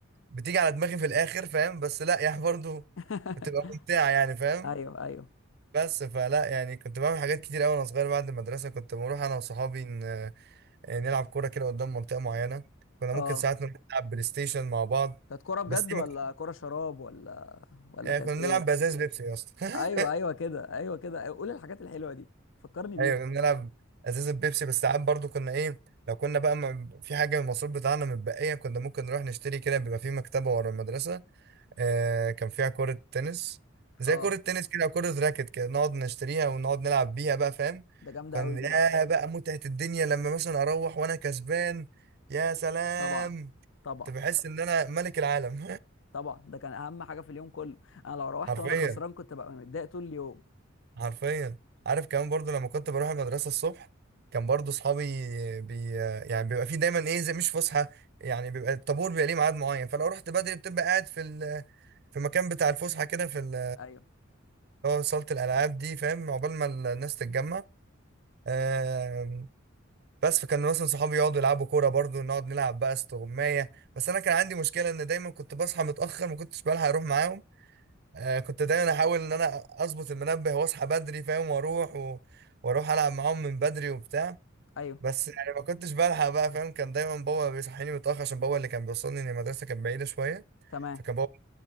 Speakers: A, on the right; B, on the left.
A: بتيجي على دماغي في الاخر فاهم بس لا يعني برضه
B: <laughs>
A: بتبقى ممتعه يعني فاهم
B: ايوه ايوه
A: بس فلا يعني كنت بعمل حاجات كتير قوي وانا صغير بعد المدرسه كنت بروح انا وصحابي آه، نلعب كورة كده قدام منطقة معينة كنا
B: اه
A: ممكن ساعات نروح نلعب بلاي ستيشن مع بعض
B: كانت كوره بجد
A: بس دي
B: ولا
A: ما كن-
B: كوره شراب ولا ولا
A: آه،
B: كانت
A: كنا بنلعب
B: ايه
A: بأزاز بيبسي يا اسطى
B: ايوه
A: <laughs>
B: ايوه كده ايوه كده أيوة. قول الحاجات الحلوه دي فكرني بيها
A: ايوه كنا بنلعب ازاز البيبسي بس ساعات برضو كنا ايه لو كنا بقى م- في حاجه من المصروف بتاعنا متبقيه كنا ممكن نروح نشتري كده بيبقى في مكتبه ورا المدرسه آه كان فيها كره تنس زي
B: اه
A: كره تنس كده أو كره راكت كده نقعد نشتريها ونقعد نلعب بيها بقى فاهم
B: ده جامده
A: كان
B: قوي
A: يا
B: دي بقى
A: بقى متعه الدنيا لما مثلا اروح وانا كسبان يا سلام
B: طبعا طبعا
A: كنت بحس ان انا ملك العالم
B: طبعا ده كان اهم حاجه في اليوم كله انا لو روحت
A: <laughs> حرفيا
B: وانا خسران كنت بقى متضايق طول اليوم
A: حرفيا عارف كمان برضو لما كنت بروح المدرسه الصبح كان برضو اصحابي بي يعني بيبقى في دايما ايه زي مش فسحه يعني بيبقى الطابور بيبقى ليه ميعاد معين فلو رحت بدري بتبقى قاعد في ال... في مكان بتاع الفسحه كده في ال-
B: ايوه
A: اللي هو صاله الالعاب دي فاهم عقبال ما الناس تتجمع آم، بس فكان مثلا صحابي يقعدوا يلعبوا كوره برضو نقعد نلعب بقى استغمايه بس انا كان عندي مشكله ان دايما كنت بصحى متاخر ما كنتش بلحق اروح معاهم آه، كنت دايما احاول ان انا اظبط المنبه واصحى بدري فاهم واروح و... واروح العب معاهم من بدري وبتاع
B: ايوه
A: بس يعني ما كنتش بلحق بقى فاهم كان دايما بابا بيصحيني متاخر عشان بابا اللي كان بيوصلني إن المدرسه كانت بعيده شويه
B: تمام
A: فكان بابا